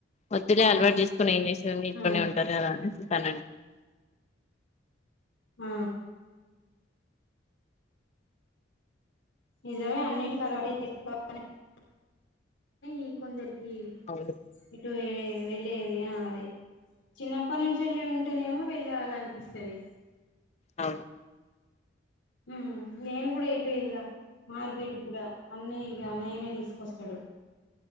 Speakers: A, on the left (about 35°); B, on the left (about 80°).
A: వద్దులే
B: అవును
A: అలవాటు చేసుకుొని ఏం చేస్థింది ఇట్లోనే
B: ఆ
A: ఉంటారు కదా అనేసి చెప్ అంటాడు
B: ఆ నిజమే అన్నింటికి అలవాటు చేసుకో <unintelligible> ఈ కొందరికి
A: అవును అవును
B: ఏటు వె వెళ్ళేది అది చిన్నప్ న్నప్పటి నుంచేళ్లిి ఉంటేనేమో వెళ్ళాలనిపిస్తది
A: అవును
B: మ్ నేను కూడా ఏటు వెళ్ళ మార్కెట్ కూడా అన్నీ అన్నయ్య నే తీసుకొస్తాడు